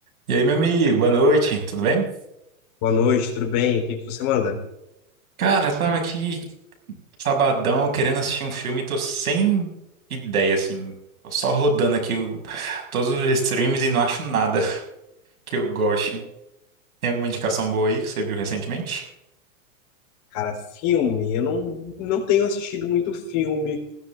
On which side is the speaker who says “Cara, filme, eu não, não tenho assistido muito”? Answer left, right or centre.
Left